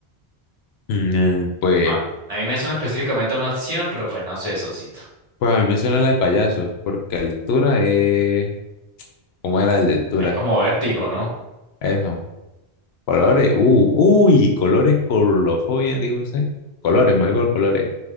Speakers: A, on the left; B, on the right.
A: Mm, Pues.
B: Man, a mí me suena específicamente a una opción, pero pues no sé, Sosito.
A: Pues a mí me suena la de payaso, porque altura es... ¿Cómo era el de altura?
B: Es como vértigo, ¿no?
A: Eso. Colores. Uh, uy, colores, colofobia, dijo ese, Colores, me voy por colores.